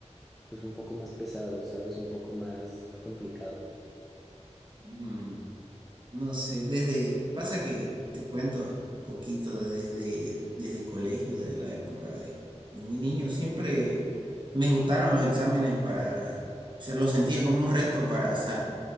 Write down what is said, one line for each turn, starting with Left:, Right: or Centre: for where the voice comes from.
Centre: pues un poco más pesado, ¿sabes? Un poco más complicado.
Right: <laughs> mm, no sé, desde, pasa que te cuento un poquito desde, desde el colegio, desde la época de, de muy niño, siempre me gustaron los exámenes para, o sea, los sentía como un reto para sa-